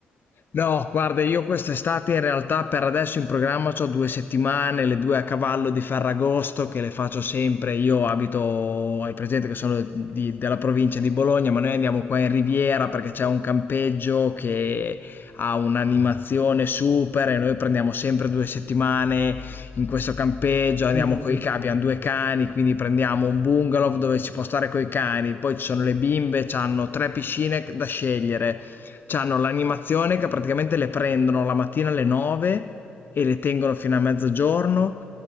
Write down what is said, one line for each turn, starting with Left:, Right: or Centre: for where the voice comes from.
Left: No, guarda, io quest'estate in realtà per adesso in programma c'ho due settimane, le due a cavallo di Ferragosto che le faccio sempre. Io abito, hai presente che sono di- della provincia di Bologna, ma noi andiamo qua in Riviera perché c'è un campeggio che ha un'animazione super e noi prendiamo sempre due settimane in questo campeggio, andiamo
Centre: Mm, mm,
Left: coi
Centre: mm.
Left: cani, abbiamo due cani, quindi prendiamo un bungalow dove si può stare coi cani, poi ci sono le bimbe, hanno tre piscine da scegliere C'hanno l'animazione che praticamente le prendono la mattina alle 9 e le tengono fino a mezzogiorno,